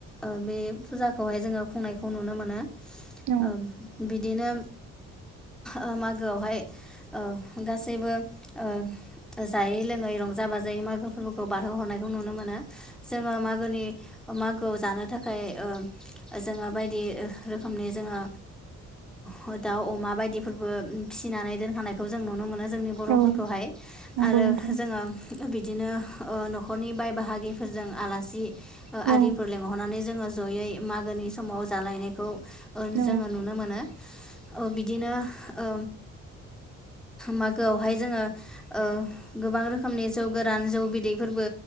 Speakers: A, in the centre; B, on the right.
A: ओ बे फुजाखौहाय जोङो खुंनायखौ नुनो मोनो।
B: औ
A: ओ बि दिनो ओ मागोआवहाय ओ गासैबो ओ जायै लोङै रंजा बाजायै मागो फोरबोखौ बारहोहरनायखौ नुनो मोन जोङो मागोनि मागोआव जानो थाखाय ओ जोङो बायदि रोखोमनि जोङो ओ दाउ, अमा बायदिफोरबो फिसिनानै दोनखानायखौ जों नुनो मोनो। जोंनि बर'फोरखौहाय।
B: औ नंगौ
A: आरो
B: नोंथां
A: जोङो बिदिनो ओ न'खरनि बाय बाहाग गिफोरजों आलासि ओ
B: औ
A: आरिफोर लेंहरनानै जोङो जयै मागोनि समाव जालायनायखौ ओ
B: औ
A: जोङो नुनो मोनो। बिदिनो ओ मागोआवहाय जोङो ओ गोबां रोखोमनि जौ गोरान जौ बिदै फोरबो